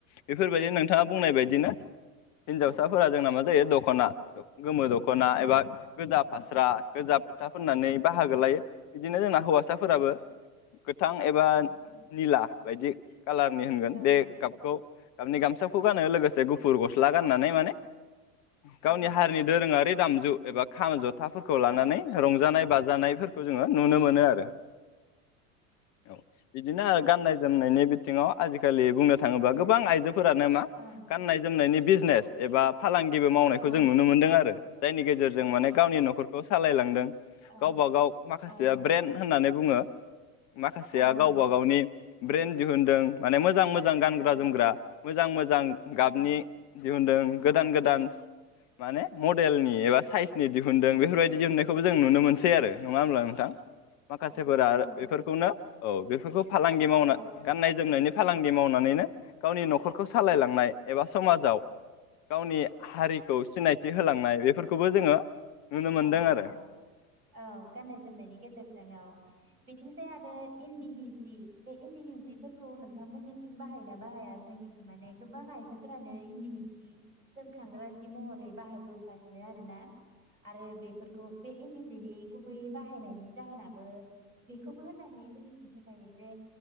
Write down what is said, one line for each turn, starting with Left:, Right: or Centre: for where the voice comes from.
Left: बेफोरबायदि नोंथाङा बुंनाय
Right: औ
Left: बायदिनो हिनजावसाफोरा
Right: औ
Left: जोंना मा जायो द खना। गोमो दखना
Right: ओं
Left: एबा गोजा। फास्रा गोजाब फुथा फोननानै बाहागो
Right: ओं
Left: लायो बिदिनो जोंना हौवासाफोराबो
Right: औ
Left: गोथां एबा
Right: औ ओं
Left: निला। बायदि। कालारनि होनगोन
Right: ओं
Left: बे गाबखौ गाबनि
Right: ओं
Left: गामसाखौ गानो लोगोसे से गुफुर गस्ला गाननानै माने गावनि
Right: ओं
Left: हारिनि दोरोङारि। दामजु एब खाम ज थाफोरखौ लानानै
Right: ओं
Left: रंजानाय। बाजानायफोरखौ जोङो नुनो मोनो आरो। औ बिदिनो
Right: औ औ
Left: गाननाय जोमनायनि बिथिङाव आजिखालि बुंनो थाङोबा गोबां आइजो फोरानो मा
Right: ओं
Left: गाननाय जोमनायनि बिजिनेस एबा फालांगिबो मावनायखौ
Right: औ
Left: जों नुनो मोन्दों आरो जायनि गेजेरजों माने गावनि
Right: औ
Left: नखरखौ सालायलांदों
Right: ओं
Left: गावबा गाव माखासेया
Right: औ
Left: ब्रेन्ड
Right: औ
Left: होननानै बुङो। माखासेया
Right: औ औ
Left: गावबा गावनि ब्रेेन्ड दिहुनदों माने मोजां मो जां गानग्रा
Right: औ
Left: जोमग्रा मोजां मोजां
Right: औ
Left: गाबनि दिहुनदों। गोदान गोदान माने मडेलनि एबा साइसनि दिहुनन्दों बेफोरबायदि दिहुननायखौबो जों नुनो मोनसै आरो नङा होमब्ला नोंथां? माखासेफोरा
Right: ओं ओं
Left: बेफोर खौनो औ बेफोरखौ फालांगि मावनो
Right: औ
Left: गाननाय जोमनायनि फालांगि मावनानैनो गावनि नखरखौ सालायलांनाय एबा समाजाव गावनि हारिखौ सिनायथि होलांनाय बेफोर खौबो जोङो नुनो मोनदों
Right: ओ
Left: आरो
Right: ओ औ गाननाय जोमनायनि गेजेरजों औ बिथिंजाय आं रो इन्दिनि जि बे इन्दिनि जिफोरखौ नोंथांमोननिथिं बाहायना बाहाया जोंनिथिं माने गोबां आइजोफोरानो इन्दिनि जि जोमखांग्रा जि महरै बाहायबोगासिनो आरोना। आरो बेफोरखौ बे इन्दि दिनि गुबैयै बाहायनायनि जाहोनाबो बेखौबो होननानै जोंनिथिं फोथायो जे